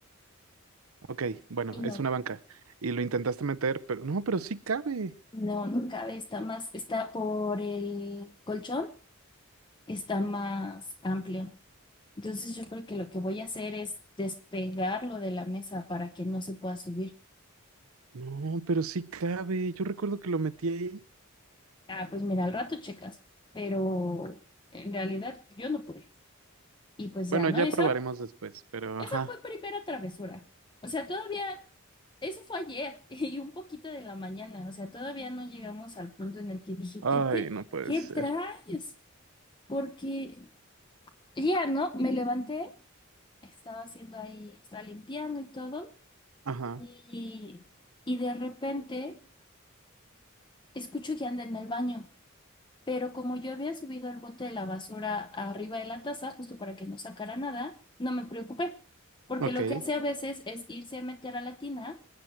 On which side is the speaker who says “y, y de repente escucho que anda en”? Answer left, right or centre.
Left